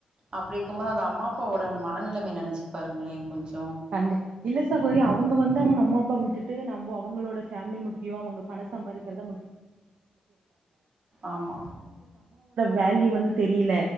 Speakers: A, on the right; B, on the right.
A: அப்படி இருக்கும்போது அந்த அம்மா அப்பாவோட மன நிலைமை நினைச்சு பாருங்களேன் கொஞ்சம்
B: கண்டு இல்ல சகோதரி அவங்க வந்து அவங்க அம்மா அப்பா விட்டுட்டு நம்ம அவங்களோட பேமிலி முக்கியம் அவங்க பண சம்பாதிக்க
A: ஆமா
B: வேல்யூ வந்து தெரியல